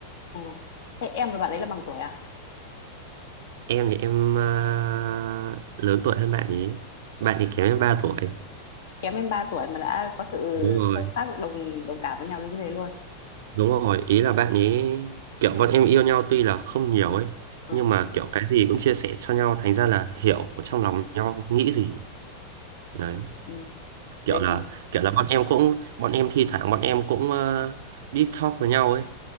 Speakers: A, on the left; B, on the right.
A: ừ. Thế em và bạn đấy là bằng tuổi à?
B: Em thì em à, lớn tuổi hơn bạn ý. Bạn ý kém em 3 tuổi.
A: Kém em 3 tuổi mà đã có sự
B: Đúng rồi,
A: sâu sắc đồng đồng cảm với nhau đến như thế luôn.
B: đúng rồi. Ý là bạn ấy kiểu bọn em yêu nhau tuy là không nhiều ấy,
A: Ừ.
B: nhưng mà kiểu cái gì cũng chia sẻ cho nhau, thành ra là hiểu trong lòng nhau nghĩ gì. Đấy,
A: Ừ.
B: kiểu
A: Vậy
B: là
A: thì
B: kiểu là bọn em cũng bọn em thi thoảng bọn em cũng ờ, deep talk với nhau ấy